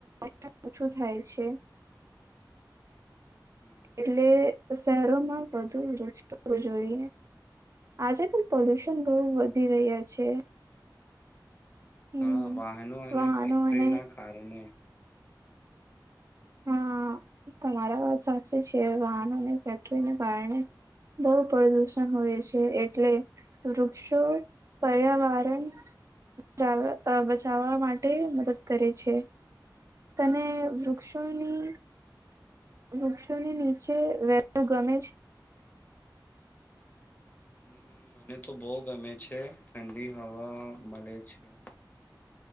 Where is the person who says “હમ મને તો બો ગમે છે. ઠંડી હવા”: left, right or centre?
Left